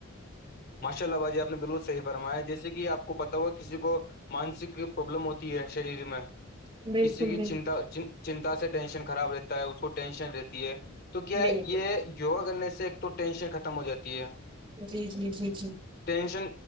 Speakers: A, on the left; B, on the right.
A: ماشا اللہ باجی آپ نے بالکل صحیح فرمایا جیسے کہ آپ کو پتا ہوا کسی کو مانسک پرابلم ہوتی ہے شریر میں
B: بالکل
A: کسی کی
B: بالکل
A: چنتا چنتا سے ٹینشن خراب رہتا ہے اس کو ٹینشن رہتی ہے تو کیا
B: بالکل
A: یہ یوگا کرنے سے ایک تو ٹینشن ختم ہو جاتی ہے
B: جی جی جی جی
A: ٹینشن